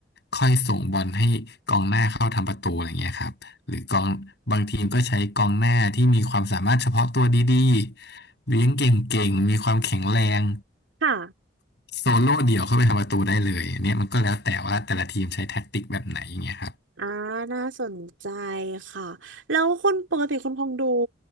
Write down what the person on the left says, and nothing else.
ค่อยส่งบอลให้กองหน้าเข้าทำประตูอะไรอย่างเงี้ยครับ หรือกองบางทีมก็ใช้กองหน้าที่มีความสามารถเฉพาะตัวดีๆเลี้ยงเก่งๆมีความแข็งแรง
โซโล่เดี่ยวเข้าไปทำประตูได้เลยนเนี่ยมันก็แล้วแต่ว่าแต่ละทีมใช้แท็กติกแบบไหนอย่างเงี้ยครับ